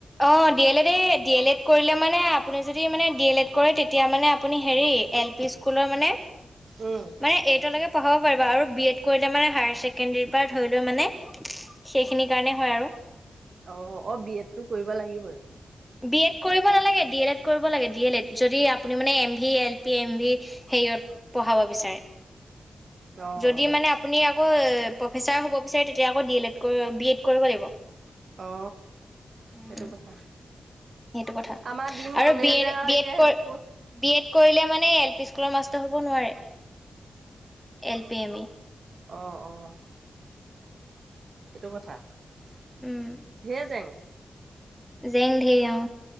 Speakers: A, in the centre; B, on the right.
A: অ, ডি এল এড, এই ডি এল এড কৰিলে মানে আপুনি যদি মানে ডি এল এড কৰে তেতিয়া মানে আপুনি হেৰি এল পি স্কুলৰ মানে-মানে
B: উম
A: এইটো পঢ়াব পাৰিবা আৰু বি এড কৰিলে মানে হায়াৰ ছেকেণ্ডৰীৰ পৰা ধৰি লৈ মানে। সেইখিনি কাৰণে হয় আৰু
B: অ-অ-অ, বি এড টো কৰিব লাগিবই।
A: বি এড কৰিব নালাগে ডি এল এ কৰিব লাগে। ডি এল এ যদি আপুনি মানে M V L P M V, সেৰিয়ত পঢ়াব বিচাৰে।
B: অ
A: যদি
B: অ
A: মানে আপুনি আকৌ প্ৰফেচাৰ হ'ব বিচাৰে তেতিয়া আকৌ D L Ed, B Ed কৰিব লাগিব উম,
B: অ সেইটো কথা
A: সেইটো কথা
B: আমাৰ দিন
A: আৰু
B: গ'লে
A: বি এড,
B: যে আৰু
A: বি
B: এতিয়া
A: এড
B: সেইবোৰ
A: কৰি
B: ক
A: বি এড কৰিলে। এল পি স্কুল মাষ্টাৰ হব নোৱাৰে এল পি, এম ই
B: অহ-অহ। এইটো কথা
A: উম
B: ধেই জেং।
A: জেং ধেই অ',